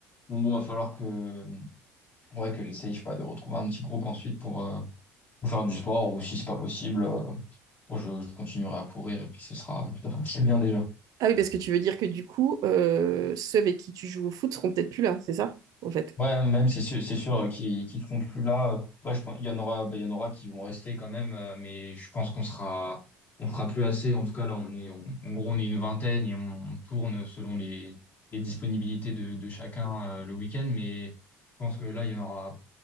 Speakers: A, on the left (about 40°); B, on the right (about 60°).
A: Donc, bon, il va falloir que, ouais, que j'essaye, je sais pas, de retrouver un petit groupe ensuite pour. euh, ou faire du sport, ou si c'est pas possible, euh, bon, je, je continuerai à courir et puis ce sera ça fera très bien déjà.
B: Ah oui, parce que tu veux dire que du coup, euh, ceux avec qui tu joues au foot seront peut-être plus là, c'est ça, en fait?
A: Ouais, même c'est sûr, c'est sûr euh, qu'ils qu'ils seront plus là. euh, Ouais, je pense, il y en aura, bah, il y en aura qui vont rester quand même, euh, mais je pense qu'on sera, on sera plus assez. En tout cas, là, on est, on- en gros, on est une vingtaine et on, on tourne selon les, les disponibilités de, de chacun euh, le week-end. Mais je pense que là, il y en aura,